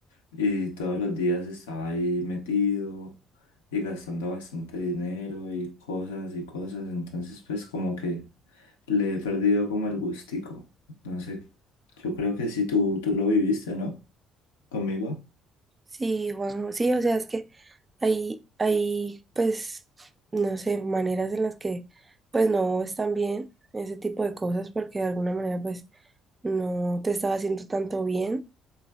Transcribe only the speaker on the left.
Y todos los días estaba ahí metido y gastando bastante dinero y cosas y cosas. Entonces, pues como que le he perdido como el gustico. No sé, yo creo que sí, tú, tú lo viviste, ¿no? Conmigo.